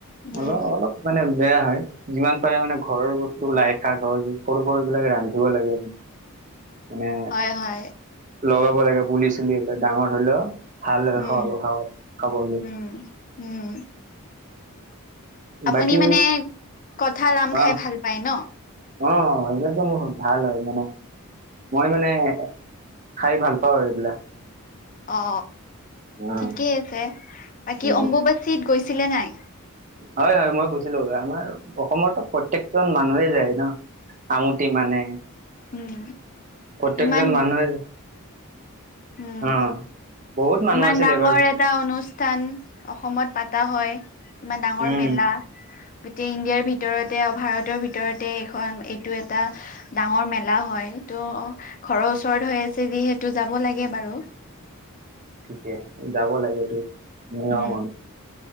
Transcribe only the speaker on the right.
অলপ অলপ মানে। বেয়া হয়। যিমান পাৰে মানে ঘৰৰ বস্তুও লাইশাক সৰু সৰু বিলাক ৰান্ধিব লাগে। মানে
লগাব লাগে পুলি চুলিলে ডাঙৰ হলেও ভাললেহ
খাব খাব খাবলৈ
বাকী
অ
অ সেবিলাকে মোৰ ভাল হয়। মানে মই মানে খাই ভাল পাওঁ আৰু এইবিলাক
উম
উম
হয় হয় মই গৈছিলোঁ আমাৰ অসমতো প্ৰত্যেকজন মানুহেই যায় ন। আমুঠি মানে
প্ৰতয়েকজন
মানুহে
অ বহুত মানুহ
আছিল
এইবাৰ
উম,
থিকে যাব লাগে তো নিয়ম